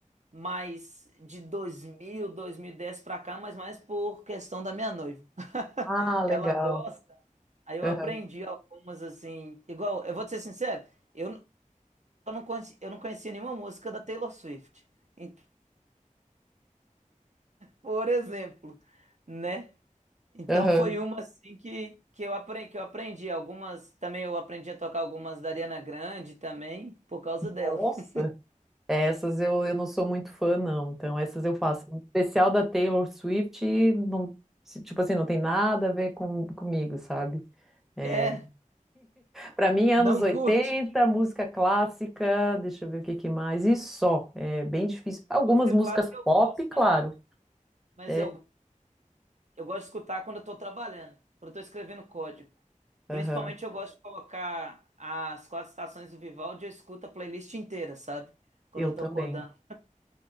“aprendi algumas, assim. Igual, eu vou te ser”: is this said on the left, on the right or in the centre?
Right